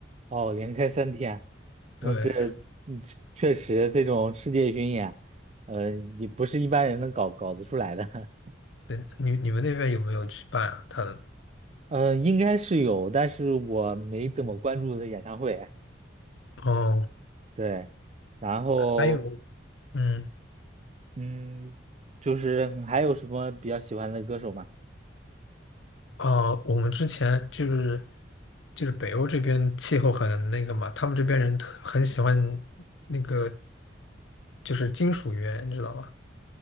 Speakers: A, on the right; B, on the left.
A: 哦，连开三天，
B: 对，
A: 那这嗯确实这种世界巡演，呃，也不是一般人能搞搞得出来的。
B: 对，你你们那边有没有去办啊？他的
A: <laughs> 呃，应该是有，但是我没怎么关注的演唱会。
B: 哦，
A: 对，然后
B: 还有，嗯。
A: 嗯，就是还有什么比较喜欢的歌手吗？
B: 呃，我们之前就是就是北欧这边气候很那个嘛，他们这边人特很喜欢那个就是金属乐，你知道吧？